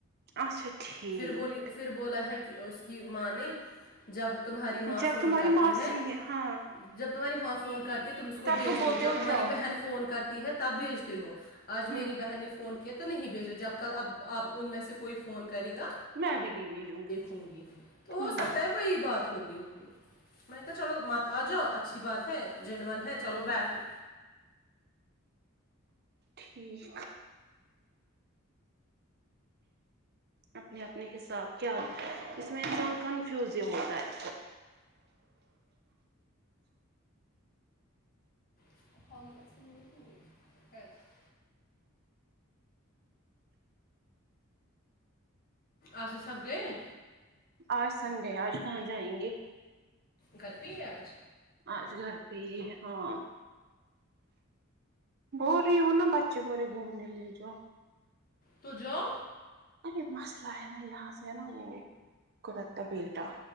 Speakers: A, on the right; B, on the left.
A: اچھا ٹھیک
B: پھر بولی پھر بولا ہے کہ اس کی ماں نے جب تمہاری ماں
A: جب
B: فون
A: تمہاری
B: کرتی
A: ماسی
B: ہے
A: ہاں
B: جب تمہاری ماں فون کرتی ہے تم اس کو
A: تب
B: بیجتے
A: تم بولتے
B: ہو جب تمہاری
A: جاؤ
B: بہن فون کرتی ہے تب بیجتے ہو آج میری
A: ہوں
B: بہن نے فون کیا تو نہیں بھیجا جب کل اب آپ ان میں سے کوئی فون کرے گا
A: میں بھی نہیں بھیجوں گی
B: ہوں گی تو ہو
A: ہوں
B: سکتا ہے وہی بات ہوگئی ہوگی میں نے کہا چلو م آ جاؤ اچھا اچھی بات ہے جن ون ہے چلو بیٹھو
A: ٹھیک اپنے اپنے حساب کیا اس میں انسان کنفیوز ہی ہوتا ہے
B: <unintelligible> اچھا سب گئے
A: آج سنڈے آج کہاں جائیں گے
B: گھر پہ ہی ہے آج
A: آج گھر پہ ہی ہاں بول رہی ہو نا بچے باول رہے گھومنے لے جو
B: تو جاؤ
A: ارے مسئلہ ہے نا یہاں سے ہے نا وہ قورتا بیٹا